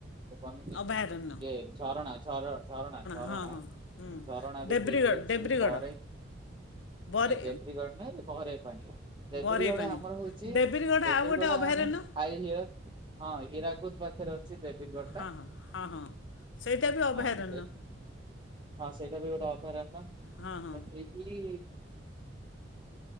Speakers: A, on the right (about 25°); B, on the left (about 75°).
A: ବନିନି
B: ଅଭୟାରଣ୍ୟ
A: ଏ ଝରଣା ଝର ଝରଣା ଝରଣା
B: ହଁ ହଁ ହୁଁ
A: ଝରଣା
B: ଡେବ୍ରିଗଡ଼
A: ବି ସେଇଠି ଅଛି।
B: ଡେବ୍ରିଗଡ଼
A: ଚିଲ ବରେ।
B: ବରେ
A: ନାଇଁ ଦେବ୍ରୀଗଡ ନୁହେଁ ବହରାଇ ପାଣି ଦେବ୍ର୍ରୀଗଡ
B: ବରେଇ ପାଣି
A: ଆମର ହଉଛି।
B: ଡେବ୍ରିଗଡ଼
A: ଦେବ୍ରିଗଡ
B: ଆଉ ଗୋଟେ ଅଭୟାରଣ୍ୟ
A: ଆମର ହାଇଅ ହଁ ହଇରାକୁଦ ପାଖରେ ଅଛି ଦେବ୍ରିଗଡ।
B: ହଁ
A: ଟା
B: ହଁ ହଁ ହଁ ସେଇଟା ବି ଅଭୟାରଣ୍ୟ।
A: ହଁ ସେ ହଁ ସେଇଟା ବି ଗୋଟେ ଅଭୟାରଣ୍ୟ ତ
B: ହଁ ହଁ
A: ସେଇଠି।